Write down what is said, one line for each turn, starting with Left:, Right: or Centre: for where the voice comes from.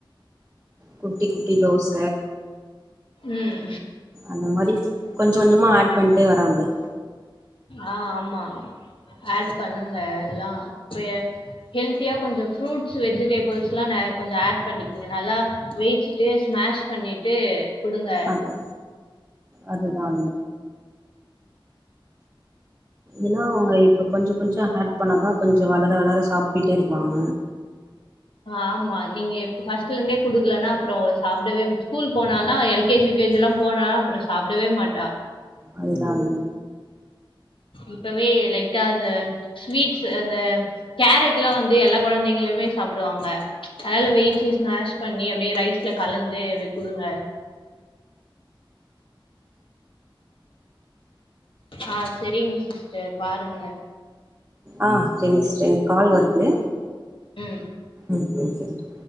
Right: குட்டி குட்டி தோச
Left: ம்
Right: அந்த மாரி கொஞ்சோ கொஞ்சமா ஆட் பண்ட்டே வர அப்டியே
Left: ஆ ஆமா ஆட் பண்ணுங்க எல்லா இப்பயே ஹெல்தியா கொஞ்சோ ஃப்ரூட்ஸ் வெஜிடேபிள்ஸ்லா ந கொஞ்சோ ஆட் பண்ணிக்குங்க நல்லா வெய்ச்சுட்டு ஸ்மாஷ் பண்ணிட்டு குடுங்க
Right: அது அதுதா அதுதா ஏனா அவுங்க இப்போ கொஞ்சோ கொஞ்சோ ஆட் பண்ணாதா கொஞ்சோ வளர வளர சாப்டுட்டே இருப்பாங்க
Left: ஆமா நீங்க இப் ஃபஸ்ட்ல இருந்தே குடுக்கலனா அப்றோ சாப்டவே ஸ்கூல் போனானா L K G U K ஜிலா போனா அப்றோ சாப்டவே மாட்டா
Right: அதுதான்
Left: இப்பவே லைட்டா அந்த ஸ்வீட்ஸு அந்த கேரட்லா வந்து எல்லா கொழந்தைங்களுமே சாப்டுவாங்க அதுனால வெய்ச்சு ஸ்மாஷ் பண்ணி அப்டியே ரைஸ்ல கலந்து அப்டி குடுங்க ஆ செரிங்க சிஸ்டர் பாருங்க
Right: ஆ செரிங் சிஸ்டர் எனக் கால் வருது
Left: ம்
Right: ம் வெய்கிஸ்ட்